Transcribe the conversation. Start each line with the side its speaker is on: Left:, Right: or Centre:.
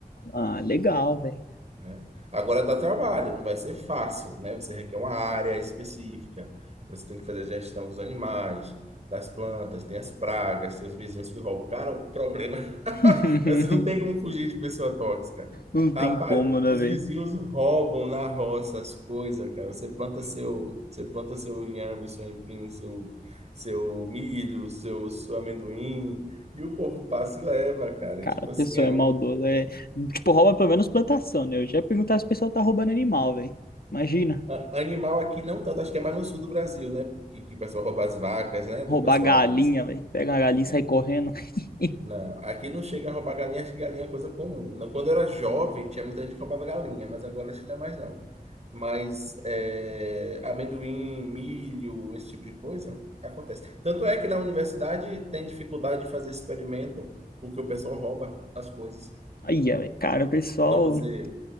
Left: Ah, legal, velho.
Right: né? Agora dá trabalho, não vai ser fácil, né? Você requer uma área específica, você tem que fazer a gestão dos animais, das plantas, tem as pragas, tem os vizinhos que roubam. Cara, o problema, <laughs>
Left: <laughs>
Right: é você não tem como fugir de pessoa tóxica.
Left: Não tem
Right: Rapaz,
Left: como, né,
Right: os
Left: velho?
Right: vizinhos roubam na roça as coisas, cara. Você planta seu, você planta seu inhame, seu empim, seu, seu milho, seu, seu amendoim, e o povo passa e leva, cara.
Left: Cara,
Right: E, Tipo
Left: a pessoa
Right: assim, é
Left: é
Right: uma
Left: maldosa. É... Tipo, rouba pelo menos plantação, né? Eu já ia perguntar se o pessoal tá roubando animal, velho. Imagina,
Right: A- Animal aqui não tanto, acho que é mais no sul do Brasil, né? Porque que o pessoal rouba as vacas, né?
Left: roubar
Right: Do pessoal.
Left: galinha,
Right: tá, assim,
Left: velho. Pega uma galinha e
Right: né?
Left: sai correndo. <laughs>
Right: Não, aqui não chega a roubar galinha, acho que galinha é coisa comum. Não, Quando eu era jovem, tinha muita gente que roubava galinha, mas agora acho que não é mais não. Mas é, amendoim, milho, esse tipo de coisa, acontece. Tanto é que na universidade tem dificuldade de fazer experimento, porque o pessoal rouba as coisas.
Left: Aí, velho. Cara, o pessoal.
Right: Então você,
Left: O